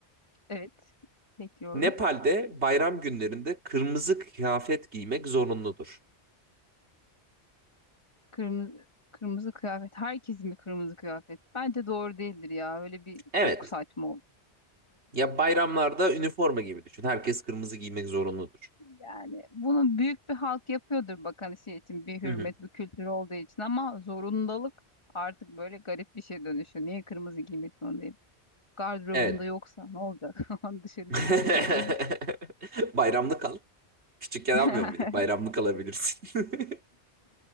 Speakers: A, on the left; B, on the right.
A: Evet. Bekliyorum.
B: Nepal'de bayram günlerinde kırmızı kıyafet giymek zorunludur.
A: Kırmızı kırmızı kıyafet. Herkes mi kırmızı kıyafet? Bence doğru değildir ya. Öyle bir
B: Evet.
A: çok saçma
B: Ya bayramlarda üniforma gibi düşün. Herkes kırmızı giymek zorunludur.
A: Yani bunu büyük bir halk yapıyordur bak hani şey için bir hürmet
B: Hı hı.
A: bir kültür olduğu için ama zorundalık artık böyle garip bir şey dönüşüyor. Niye kırmızı giymek zorundayım? Gardırobumda
B: Evet.
A: yoksa ne olacak? <laughs> Dışarı
B: <laughs>
A: çıkamayacak mıyım?
B: Bayramlık al. Küçükken
A: <laughs>
B: almıyor muyduk? Bayramlık alabilirsin. <laughs>